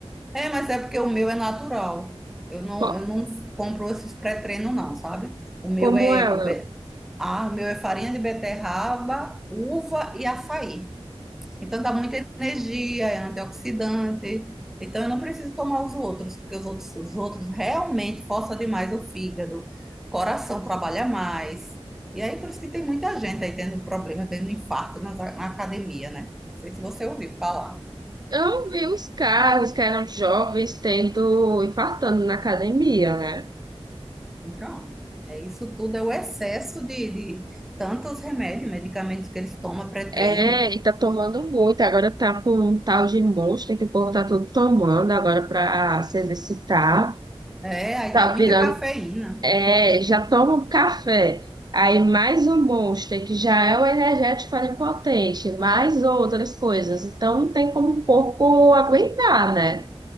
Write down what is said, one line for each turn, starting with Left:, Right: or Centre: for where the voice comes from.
Centre: É, mas é porque o meu é natural. Eu não,
Right: Co-
Centre: eu não compro esses pré-treinos, não, sabe? O meu
Right: Como
Centre: é,
Right: é?
Centre: com be- ah, o meu é farinha de beterraba, uva e açaí. Então dá muita energia, é antioxidante. Então eu não preciso tomar os outros, porque os outros, os outros realmente forçam demais o fígado, o coração trabalha mais. E aí por isso que tem muita gente aí tendo problema, tendo infarto nas- na academia, né? Não sei se você ouviu falar.
Right: Eu vi os caras que eram jovens tendo, infartando na academia, né?
Centre: Então, é isso tudo é o excesso de, de tantos remédios, medicamentos que eles tomam pré-treino.
Right: É, e tá tomando muito. Agora tá com um tal de Monster que o povo tá tudo tomando agora pra se exercitar.
Centre: É, aí
Right: Tá
Centre: tem muita
Right: virando.
Centre: cafeína.
Right: É, já toma um café. Aí mais um Monster, que já é o energético onipotente, mais outras coisas. Então não tem como o corpo aguentar, né?